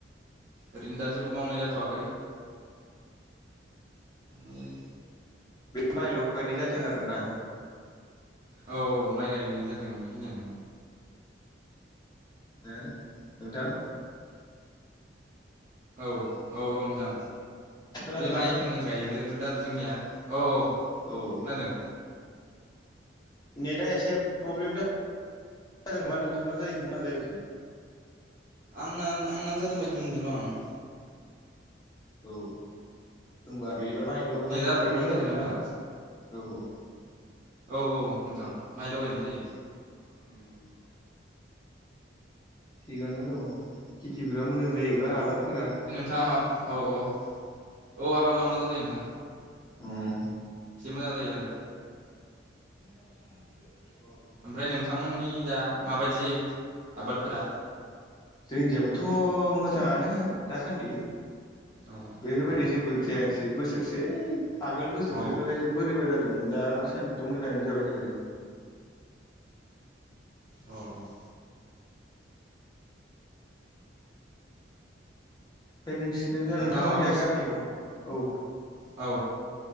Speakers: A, on the right; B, on the left.
A: ओरैनो दा जेबो मावनाय जाथ'वाखै। माने
B: बे माइल' गायनाय जादों आरोना।
A: औ औ माइ गायनाय जादों बेखिनियानो।
B: हो नोंथां
A: औ औ औ नोंथां
B: खोनादों
A: बे
B: नोंथां
A: माइखौनो गायनो होग्रोदो आरो जोंनिया औ औ।
B: औ
A: खोनादों?
B: नेटआ एसे प्रब्लेम जादों नामा नोंथांना जायैखो ना आंनाजाहैखो?
A: आंना आंनानो जादों बायदि मोनदों र' आं।
B: औ होनबा बिदिबा माइल'
A: नेटआ
B: मायल'
A: प्रब्लेम
B: गायनाय जायो
A: जादों
B: आरो
A: आंना
B: ना औ औ।
A: औ औ नोंथां माइल'गायनाय जायो।
B: <unintelligible> थिगनो दङ खेथिफोरा मोजां जायोबा आबादफोरा।
A: थामाफ औ औ औ आबादबा मोजां जायो नोंथां।
B: उम
A: इसि मोजां जायो आरो।
B: <unintelligible>
A: ओमफ्राय नोंथांमोननि जा माबायदि जायो आबादफोरा?
B: जोंनिजायबोथ' मोजाङानो दासान्दि
A: औ
B: बेफोरबायदि
A: औ
B: जेबो जायासै बोसोरसे आगोल बोसोरसेयावसो
A: औ
B: बाय एसे बोरैबा जादोंमोन दाासान्दिथ' मोजाङैनो जाबाय थादो।
A: अ औ
B: ओमफ्राय नोंसिरना जा
A: नोंथाङा
B: नोंथांमोननि
A: माबाफोर
B: जा
A: सों
B: गामियाव औ।
A: औ